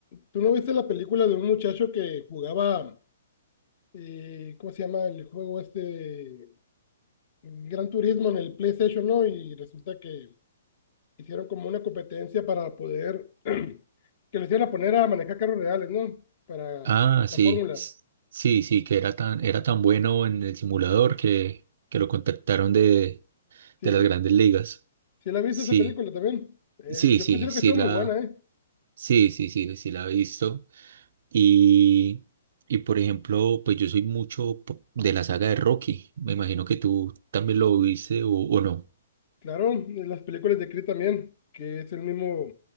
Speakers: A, on the left (about 45°); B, on the right (about 55°).
A: ¿Tú no viste la película de un muchacho que jugaba, eh, ¿cómo se llama el juego este? Gran Turismo en el PlayStation, ¿no? Y resulta que hicieron como una competencia para poder, <clears throat> que lo hicieran a poner a manejar carros reales, ¿no? Para
B: Ah,
A: la
B: sí,
A: fórmula.
B: s- sí, sí, que era tan, era tan bueno en el simulador que, que lo contactaron de,
A: Sí,
B: de las grandes ligas.
A: sí la viste
B: Sí,
A: esa película también. Eh,
B: sí,
A: yo
B: sí,
A: considero
B: sí
A: que estuvo
B: la,
A: muy buena, ¿eh?
B: sí, sí, sí, sí la he visto. Y, y por ejemplo, pues yo soy mucho po- de la saga de Rocky. Me imagino que tú también lo viste o, o no.
A: Claro, y las películas de Creed también, que es el mismo,